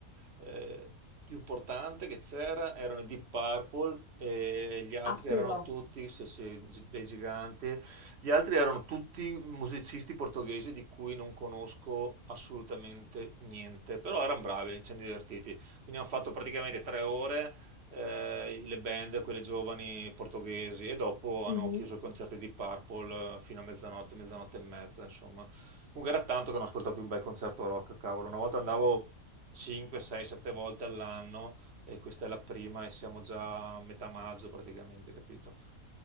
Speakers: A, on the right; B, on the left.
A: eh, più importante che c'era, erano i Deep Purple e gli altri
B: Ah, però.
A: erano tutti, sì, sì, gi- dei giganti, gli altri erano tutti musicisti portoghesi di cui non conosco assolutamente niente, però erano bravi, ci siamo divertiti, quindi hanno fatto praticamente tre ore eh, le band, quelle giovani portoghesi, e dopo hanno
B: Mhm.
A: chiuso i concerti di Purple eh, fino a mezzanotte, mezzanotte e mezza, insomma. Comunque era tanto che non ascoltavo più un bel concerto rock, cavolo. Una volta andavo 5, 6, 7 volte all'anno e questa è la prima e siamo già a metà maggio praticamente, capito?